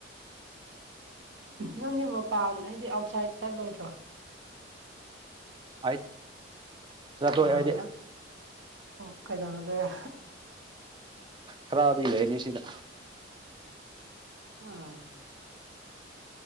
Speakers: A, on the right; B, on the right.
A: ꯅꯪꯗꯤ ꯃꯄꯥꯟ ꯍꯥꯏꯗꯤ ꯑꯥꯎꯠꯁꯥꯏꯠ ꯆꯠꯂꯣꯏꯗ꯭ꯔꯣ
B: ꯍꯥꯏ ꯆꯠꯇꯣꯏ
A: ꯑꯥ
B: ꯍꯥꯏꯗꯤ
A: ꯅꯪ ꯑꯣ ꯀꯩꯗꯧꯅꯒ
B: ꯈꯔꯗꯤ ꯂꯩꯅꯤ ꯁꯤꯗ
A: ꯑꯥ